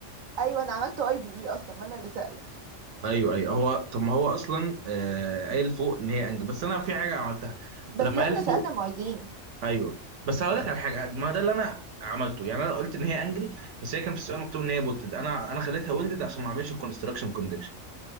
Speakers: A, on the right; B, on the right.
A: ايوه انا عملته اي بي اي اصلا ما انا اللي سأله
B: ايوه ايوه هو طب ما هو اصلا آه قايل فوق ان هي انجب بس انا في حاجه عملتها
A: بس
B: لما
A: احنا
B: قال فوق
A: سألنا معيدين
B: ايوه بس هقول لك على حاجه ما ده اللي انا عملته يعني انا قلت ان هي انجل بس هي كان في السؤال مكتوب ان هي بولتد انا انا خليتها ويلدد عشان ما اعملش الكونستراكشن كونديشن